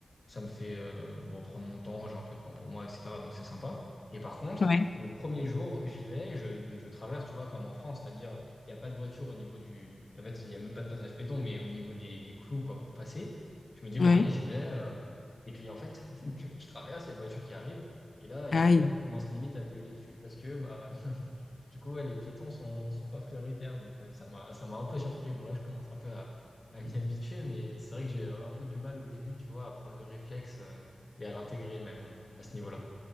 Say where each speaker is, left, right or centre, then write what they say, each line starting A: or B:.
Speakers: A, on the left; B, on the left.
A: ça me fait euh, bon, prendre mon temps, j'ai un peu de temps pour moi, etc. Donc c'est sympa. Et par contre,
B: oui,
A: le premier jour, j'y vais, je, donc je traverse, tu vois, comme en France, c'est-à-dire, il n'y a pas de voiture au niveau du. En fait, il n'y a même pas de passage péton, mais au niveau des, des clous, quoi, pour passer. Je me dis, bon,
B: oui.
A: allez, j'y vais. euh, et puis en fait, <laughs> je traverse, il y a une voiture qui arrive, et là, il
B: Aïe.
A: y a une dame qui commence limite à me gueuler dessus parce que bah <laughs> du coup ouais, les piétons sont, sont pas prioritaires. Donc euh, ça m'a ça m'a un peu surpris. Bon là je commence un peu à, à m'y habituer, mais c'est vrai que j'ai un peu du mal au début, tu vois, à prendre le réflexe euh, et à l'intégrer même euh, à ce niveau-là.